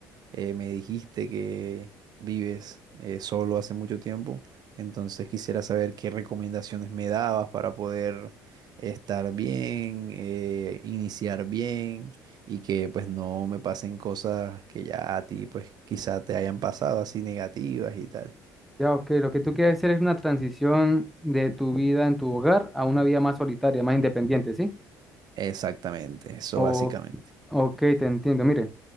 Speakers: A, on the right; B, in the centre.
A: eh, me dijiste que vives eh, solo hace mucho tiempo, entonces quisiera saber qué recomendaciones me dabas para poder estar bien, eh, iniciar bien y que pues no me pasen cosas que ya a ti pues quizá te hayan pasado así negativas y tal.
B: Ya, ok, lo que tú quieres hacer es una transición de tu vida en tu hogar a una vida más solitaria, más independiente, ¿sí?
A: Exactamente, eso
B: O,
A: básicamente.
B: ok, te entiendo. Mire,